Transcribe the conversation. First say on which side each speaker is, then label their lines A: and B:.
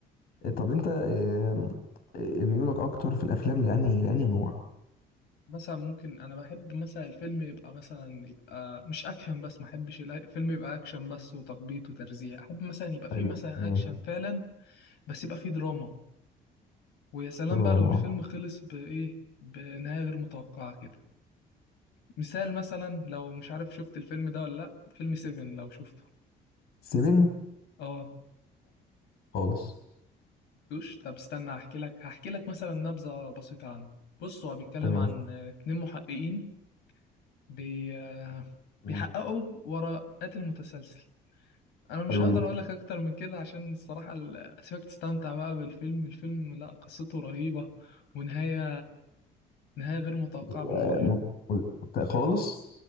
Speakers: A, on the left; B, on the left.
A: طب انت آه، آه، ميولك اكتر في الافلام لانهي لانهي نوع
B: مثلا ممكن انا بحب مثلا الفيلم يبقى مثلا يبقى مش اكشن بس ما احبش الأ- الفيلم يبقى اكشن بس وتخبيط وترزيع احب مثلا يبقى فيه
A: حلو
B: مثلا
A: تمام
B: اكشن فعلا بس يبقى فيه دراما ويا سلام
A: الروم
B: بقى لو الفيلم
A: اه
B: خلص بايه بنهاية غير متوقعة كده مثال مثلا لو مش عارف شفت الفيلم ده ولا لا فيلم سيفن لو شفته
A: سيفن
B: اه
A: خالص
B: شفتوش طب استنى هحكي لك هحكي لك مثلا نبذة بسيطة عنه بص هو بيتكلم
A: تمام
B: عن آه، اتنين محققين بي... آه، بيحققوا
A: مم.
B: ورا قاتل متسلسل انا مش
A: حلو
B: هقدر
A: جدا
B: اقول لك اكتر من كده عشان الصراحة ال- اسيبك تستمتع بقى بالفيلم الفيلم لا قصته رهيبة ونهاية نهاية غير متوقعة
A: آه،
B: بالمرة
A: م- م- خالص